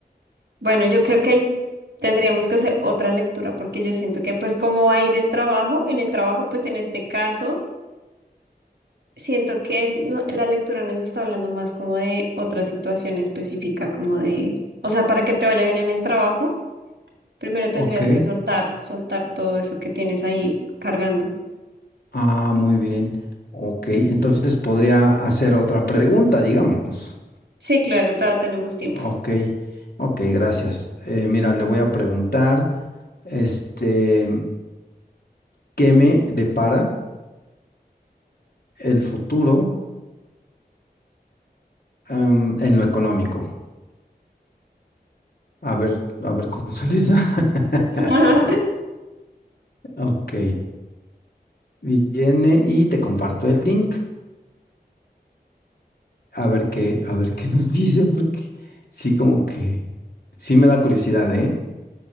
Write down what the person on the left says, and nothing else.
Ok.
Ah, muy bien. Ok, entonces podría hacer otra pregunta, digamos.
Ok, ok, gracias. Eh, mira, le voy a preguntar, este, ¿qué me depara el futuro, em, en lo económico? A ver, a ver cómo sale esa. <laughs>
Ok, viene y te comparto el link. A ver qué, a ver qué nos <laughs> dice, porque sí, como que sí me da curiosidad, ¿eh?